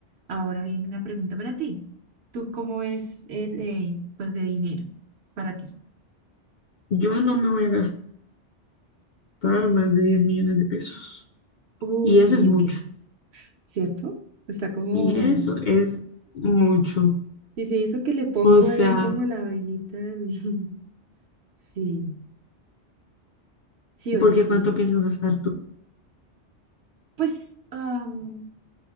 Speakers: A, on the right; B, on the left.
A: Ahora viene la pregunta para ti. ¿Tú cómo es eh, de, pues de dinero para ti?
B: Yo no me voy a gastar más de 10 millones de pesos.
A: Ok,
B: Y eso es mucho.
A: ok, ¿cierto? Está como...
B: Y eso es mucho.
A: Y si eso que le pongo
B: O sea,
A: ahí como la vainita del... <laughs> Sí, sí, oye,
B: porque
A: sí.
B: ¿cuánto piensas gastar tú?
A: Pues, am,